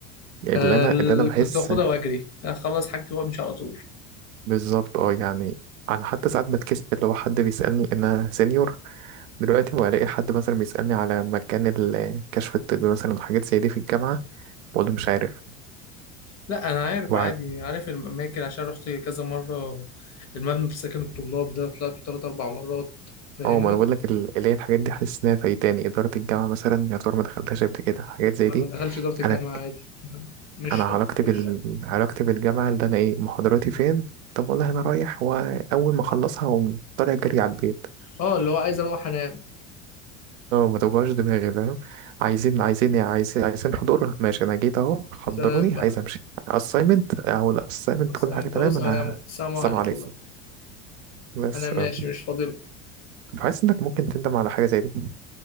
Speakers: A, on the right; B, on the left.
A: اللي
B: آه
A: انا
B: ال-
A: اللي انا بحس
B: كنت باخدها وأجري أخلص حاجتي وأمشي على طول
A: بالظبط اه يعني انا حتى ساعات بتكسف اللي هو حد بيسألني انا سينيور دلوقتي والاقي حد مثلا بيسألني على مكان الكشف الطبي مثلا وحاجات زي دي في الجامعة بقول له مش عارف
B: لا أنا عارف
A: وبعد
B: عادي عارف الأماكن عشان رحت كذا مرة المبنى في سكن الطلاب ده طلعت تلات أربع مرات فاهمني
A: اه ما انا بقول لك ال- اللي هي الحاجات دي حاسس انها فايتاني اداره الجامعه مثلا يا ترى ما دخلتهاش قبل كده حاجات زي
B: ما
A: دي
B: دخلش إدارة الجامعة
A: انا
B: عادي مش
A: انا
B: شرط
A: علاقتي
B: تخش
A: بال علاقتي بالجامعه اللي انا ايه محاضراتي فين طب والله انا رايح واول ما اخلصها اقوم طالع جري على البيت
B: اه اللي هو عايز أروح أنام
A: اه ما توجعش دماغي فاهم عايزين عايزين عايزين عايزين حضور ماشي انا جيت اهو حضروني
B: سلام بقى
A: عايز امشي اساينمنت او الاساينمنت
B: بص
A: كل
B: أنت
A: حاجه تمام
B: وسلام
A: انا
B: السلام عليكم
A: السلام عليكم
B: بقى
A: بس
B: أنا ماشي
A: اه
B: مش فاضلكم
A: فحاسس انك ممكن تندم على حاجه زي دي